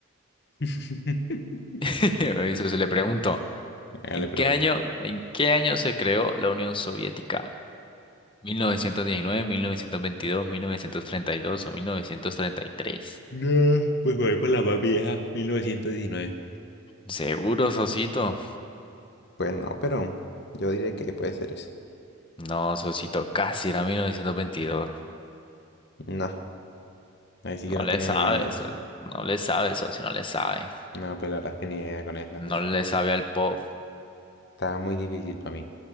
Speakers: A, on the left; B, on the left.
A: <laughs>
B: <laughs> Eso se le preguntó.
A: Acá
B: ¿En
A: le
B: qué
A: pregunté.
B: año, en qué año se creó la Unión Soviética? ¿1919, 1922, 1932 o 1933?
A: No, pues voy por la más vieja, mil novecientos diecinueve
B: ¿Seguro, Sosito?
A: Pues no, pero yo diré que puede ser eso.
B: No, Sosito, casi era 1922.
A: No, ahí sí
B: No
A: que no
B: le
A: tiene
B: sabe,
A: ni idea.
B: socio. No le sabe, socio, no le sabe.
A: No, pues la verdad es que ni idea con eso.
B: No
A: eso
B: le sabe al pop.
A: Está muy difícil para mí.